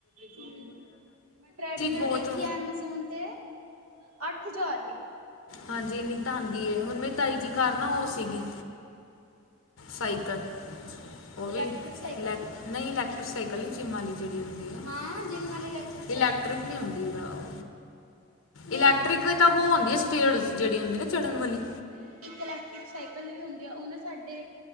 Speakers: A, on the right; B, on the left.
A: ਹੂੰ, ਮੈਂ ਟ੍ਰੈਡਮੇਲ
B: ਬਹੁਤ
A: ਦੇਖੀ ਐ ਐਮੇਜ਼ੋਨ ਤੇ। ਅ ਅੱਠ ਹਜ਼ਾਰ ਦੀ।
B: ਹਾਂਜੀ, ਇੰਨੀ ਤਾਂ ਆਂਦੀ ਏ, ਹੁਨ ਮੇਰੀ ਤਾਈ ਜੀ ਘਰ ਨਾ ਓ ਸੀਗੀ ਸਾਈਕਲ, ਓ ਵੀ
A: ਇਲੈਕਟ੍ਰਿਕ ਸਾਈਕਲ
B: ਲੈਗ ਨਈ ਇਲੈਕਟ੍ਰਿਕ ਸਾਈਕਲ ਨੀ, ਜਿੰਮ ਆਲੀ ਜੇੜੀ ਹੁੰਦੀ। ਨਾ,
A: ਹਾਂ ਜਿੰਮ ਵਾਲੀ ਇਲੈਕਟ੍ਰਿਕ ਸਾਈਕਲ
B: ਇਲੈਕਟ੍ਰਿਕ ਨਹੀਂ ਹੁੰਦੀ ਆ ਓ।
A: ਨਹੀਂ
B: ਇਲੈਕਟ੍ਰਿਕ ਤਾਂ ਵੋ ਹੁੰਦੀ ਏ, ਸਟੇਯਰਸ, ਜੇੜੀ ਹੁੰਦੀ ਨਾ ਚੜ੍ਹਨ ਵਾਲੀ।
A: ਨਈ ਇੱਕ ਇਲੈਕਟ੍ਰਿਕ ਸਾਈਕਲ ਵੀ ਹੁੰਦੀ ਆ, ਓ ਨਾ ਸਾਡੇ,